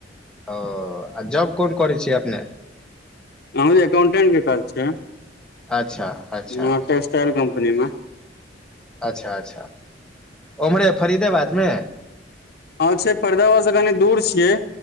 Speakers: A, in the centre; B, on the left.
A: ओ आ जब कोन करै छियै अपने।
B: हम एकाउंटेंट के काज छै। य
A: अच्छा अच्छा
B: टेक्सटाइल
A: ओ
B: कम्पनी में।
A: अच्छा अच्छा ओमरे फरीदेबाद मे
B: हँ छै फरीदाबाद से कनी दूर छियै